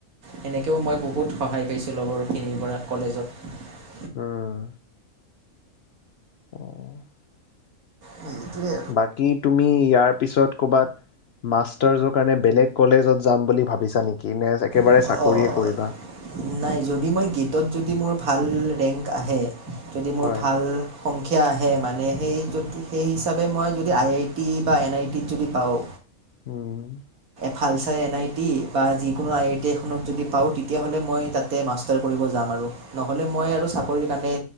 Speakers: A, on the right; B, on the left.
A: এনেকেও মই বহুত সহায় পাইছিলো লগৰখিনিৰ পৰা কলেজত
B: উম, অ',
A: সেইটোৱে
B: বাকী তুমি ইয়াৰ পিছত কৰবাত মাষ্টাৰৰ কাৰণে বেলেগ কলেজত যাম বুলি ভাবিছা নি? কি নে একেবাৰে
A: আৰু
B: চাকৰিয়ে কৰিবা।
A: নাই যদি মই গেটত যদি মোৰ ভাল ৰেংক আহে। যদি মোৰ
B: হয়
A: ভাল সংখ্যা আহে মানে সেই যদি সেই হিচাপে মই যদি আই আই টি বা এন আই টিত যদি পাওঁ।
B: উম।
A: ভাল চাই এন আই টি বা যিকোনো আই আই টি এখনত য পা তেতিয়া হলে মই তাতে মাষ্টাৰ কৰিব যাম আৰু নহলে মই আৰু চৰি কাৰণে।